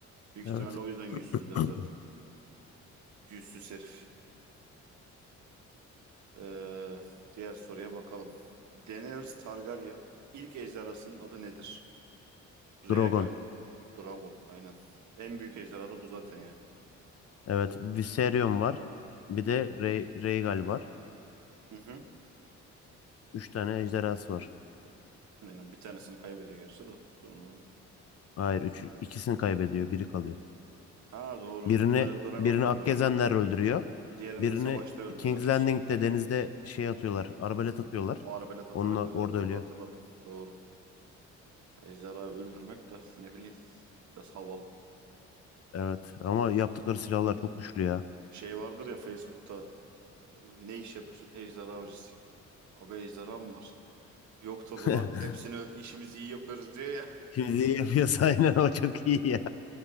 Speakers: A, on the right; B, on the left.
A: Büyük
B: Evet.
A: ihtimalle o yüzden yüzsüzler
B: <clears throat>
A: zaten. Yüzsüz herif. Ee, diğer soruya bakalım. Daenerys Targaryen ilk ejderhasının adı nedir? Rhaegar
B: Dragon.
A: Dragon. Aynen. En büyük ejderha da bu zaten ya.
B: Evet. Viserion var. Bir de Rey Rhaegal var.
A: Hı hı.
B: Üç tane ejderhası var.
A: Aynen. Bir tanesini kaybediyor gerçi de. Sonradan.
B: Hayır. Üç, ikisini kaybediyor. Biri kalıyor.
A: Ha doğru.
B: Birini
A: Sadece Dragon
B: birini
A: kalıyor.
B: Akgezenler öldürüyor.
A: Diğerini
B: Birini
A: de savaşta öldürüyorlar.
B: King's Landing'de denizde şey atıyorlar. Arbalet
A: Hı,
B: atıyorlar.
A: Arabelet atarak
B: Onunla
A: öldürüyor.
B: orada
A: Doğru
B: ölüyor.
A: hatırladım. Doğru. Ejderha öldürmek de ne bileyim biraz havalı.
B: Evet ama yaptıkları silahlar çok güçlü ya.
A: Şey vardır ya Facebook'ta e, ne iş yapıyorsun? Ejderha avcısıyım. Abi ejderha mı var? Yok tabi
B: <laughs>
A: lan hepsini işimizi iyi yapıyoruz diyor ya.
B: Şimdi iyi yapıyorsa <laughs> aynen o çok iyi ya.